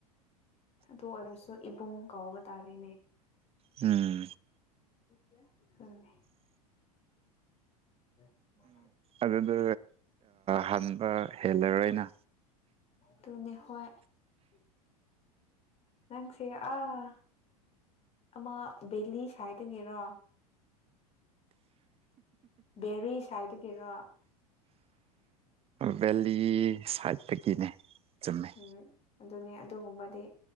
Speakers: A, on the left; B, on the right.
A: ꯑꯗꯨ ꯑꯣꯏꯔꯁꯨ ꯏꯕꯨꯡ ꯀꯧꯕ ꯇꯥꯔꯦꯅꯦ
B: ꯎꯝ
A: ꯑꯗꯨꯅꯦ <unintelligible>
B: ꯑꯗꯨꯗꯣ ꯍꯟꯕ ꯍꯦꯜꯂꯔꯣꯏꯅ
A: ꯑꯗꯨꯅꯦ ꯍꯣꯏ ꯅꯪꯁꯦ ꯑꯥ ꯑꯃ ꯕꯦꯂꯤ ꯁꯥꯏꯠꯇꯒꯤꯔꯣ ꯕꯦꯂꯤ ꯁꯥꯏꯠꯗꯒꯤꯔꯣ
B: ꯕꯦꯂꯤ ꯁꯥꯏꯠꯇꯒꯤꯅꯦ ꯆꯨꯝꯃꯦ
A: ꯎꯝ ꯑꯗꯨꯅꯦ ꯑꯗꯨꯒꯨꯝꯕꯗꯤ